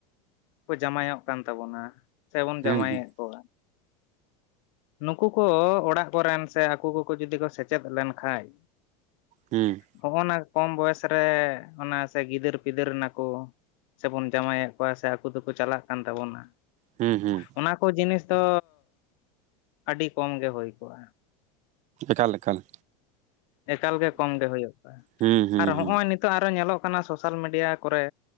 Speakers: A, on the left; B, on the right.
A: ᱠᱚ ᱡᱟᱢᱟᱭᱚᱜ ᱠᱟᱱ ᱛᱟᱵᱚᱱᱟ᱾ ᱥᱮᱵᱚᱱ
B: ᱦᱩᱸ
A: ᱡᱟᱢᱟᱭᱮᱫ
B: ᱦᱩᱸ
A: ᱠᱚᱣᱟ᱾ ᱱᱩᱠᱩ ᱠᱚ ᱚᱲᱟᱜ ᱠᱚᱨᱮᱱ ᱥᱮ ᱟᱠᱩ ᱠᱚᱠᱚ ᱡᱩᱫᱤ ᱠᱚ ᱥᱮᱪᱮᱫ ᱞᱮᱱᱠᱷᱟᱡ᱾
B: ᱦᱩᱸ
A: ᱦᱚᱜ-ᱱᱟ ᱠᱚᱢ ᱵᱚᱭᱮᱥ ᱨᱮ ᱚᱱᱟ ᱥᱮ ᱜᱤᱫᱟᱹᱨ ᱯᱤᱫᱟᱹᱨ ᱱᱟᱠᱚ ᱥᱮᱵᱚᱱ ᱡᱟᱶᱟᱭᱮᱫ ᱠᱚᱣᱟ ᱥᱮ ᱟᱠᱚ ᱛᱮᱠᱚ ᱪᱟᱞᱟᱜ ᱠᱟᱱ ᱛᱟᱵᱚᱱᱟ᱾
B: ᱦᱩᱸ ᱦᱩᱸ᱾
A: ᱚᱱᱟ ᱠᱚ ᱡᱤᱱᱤᱥ ᱫᱚ ᱟᱹᱰᱤ ᱠᱚᱢ ᱜᱮ ᱦᱩᱭ ᱠᱚᱜ-ᱟ᱾
B: ᱮᱠᱟᱞ ᱮᱠᱟᱞ᱾
A: ᱮᱠᱟᱞ ᱜᱮ ᱠᱚᱢ ᱜᱮ ᱦᱩᱭᱩᱜ-ᱟ
B: ᱦᱩᱸ ᱦᱩᱸ
A: ᱟᱨ ᱦᱚᱜ-ᱚᱭ
B: ᱦᱩᱸ
A: ᱱᱤᱛᱚᱜ ᱟᱨᱚ ᱧᱮᱞᱚᱜ ᱠᱟᱱᱟ ᱥᱳᱥᱟᱞ ᱢᱤᱰᱤᱭᱟ ᱠᱚᱨᱮ᱾